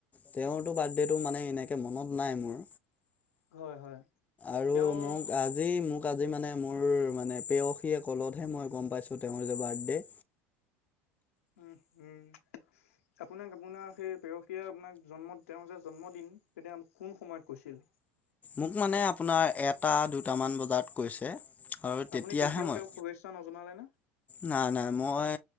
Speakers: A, on the left; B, on the left.
A: তেওঁতো বাৰ্থডেটো মানে এনেকে মনত নাই মোৰ।
B: হয়- হয়।
A: আৰু
B: তেওঁৰ
A: মোক আজি মোক মোক আজি মানে মোৰ মানে পেয়সীয়ে কলতহে মই গম পাইছো তেওঁৰ যে বাৰ্থডে।
B: উম-উম। আপোনাক - আপোনাৰ সেই পেৰসীয়ে আপোনাক জন্ম তেওঁৰ যে জন্মদিন তেতিয়া কোন সময়ত কৈছিল?
A: মোক মানে আপোনাৰ এটা দুটামান বজাত কৈছে। আৰু তেতিয়াহে
B: আপুনি তেতিয়াও
A: মই
B: তেওঁক শুভেচ্ছা নজনালে নে?
A: নাই- নাই মই